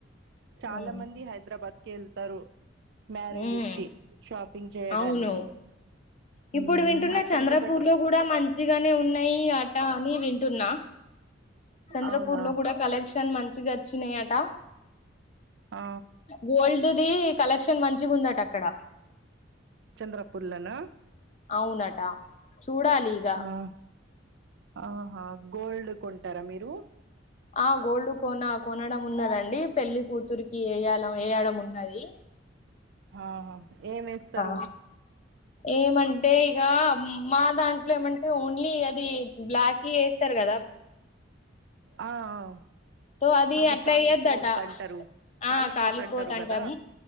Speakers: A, on the right; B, on the left.
A: చాల
B: ఉమ్
A: మంది హైదరాబాద్కె ఎళ్తరు మ్యారేజెస్కి
B: ఉమ్
A: షాపింగ్ చేయడానికి
B: అవును ఇప్పుడు
A: మ్మ్
B: వింటున్న
A: అక్కడనే
B: చంద్రపూర్లొ
A: బెటర్
B: గూడ మంచిగనే ఉన్నయి అటా అని వింటున్నా చంద్రపూర్లో
A: అవునా
B: గూడ కలెక్షన్ మంచిగచ్చినయట
A: ఆ
B: గోల్డ్దీ కలక్షన్ మంచిగుందట అక్కడ
A: చంద్రపూర్లనా
B: అవునట చూడాలీ ఇగ
A: ఆ ఆహ గోల్డ్ కొంటారా మీరూ
B: ఆ గోల్డ్ కోన కొనడం ఉన్నదండి పెళ్లి కూతురికి ఎయల ఏయడం ఉన్నది
A: ఆహా ఏమేస్తరు
B: ఆ ఏమంటే ఇగా మా దాంట్లో ఏమంటె ఓన్లీ అదీ బ్లాక్ కి ఏస్తరు గదా
A: ఆ ఆ
B: తో
A: అది
B: అట్లా
A: కాలిపోద్దంటరు
B: వేయద్దట ఆ
A: కాలిపోతంటరు
B: కాలిపోతంటాం
A: గదా